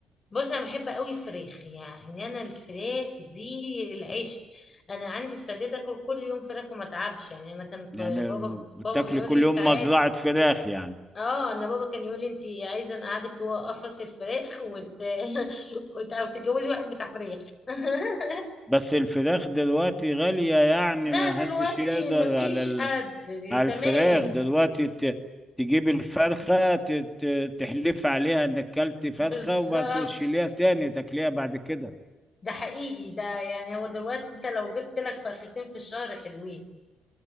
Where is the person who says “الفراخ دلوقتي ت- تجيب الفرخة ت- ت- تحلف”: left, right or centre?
Centre